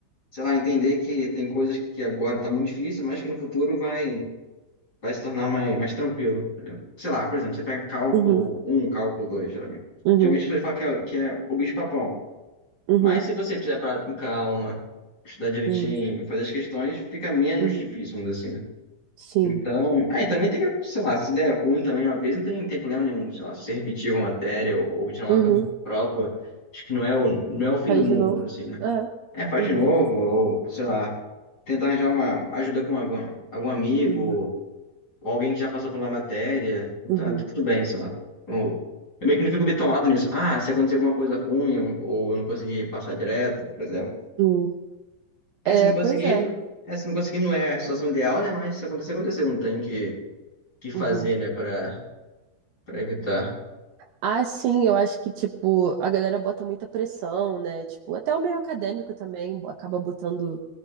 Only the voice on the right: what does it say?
Uhum.
Uhum.
Uhum.
Uhum.
Uhum.
Sim.
Uhum.
Faz
de novo.
É.
Uhum.
Uhum.
Uhum.
Uhum.
É,
pois é.
Uhum.
Ah, sim, eu acho que, tipo, a galera bota muita pressão, né? Tipo, até o meio acadêmico também bo- acaba botando